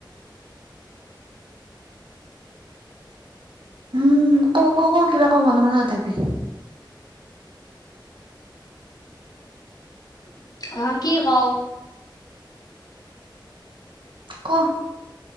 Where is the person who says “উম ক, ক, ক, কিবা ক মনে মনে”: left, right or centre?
Right